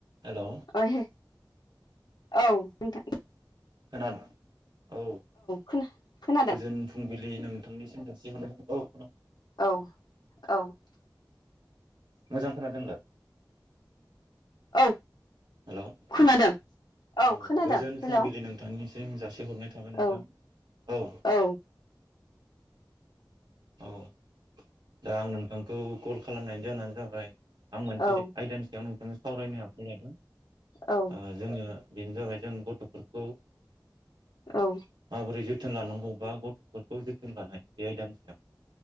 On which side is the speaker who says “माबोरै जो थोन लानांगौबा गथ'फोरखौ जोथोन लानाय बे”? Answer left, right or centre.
Right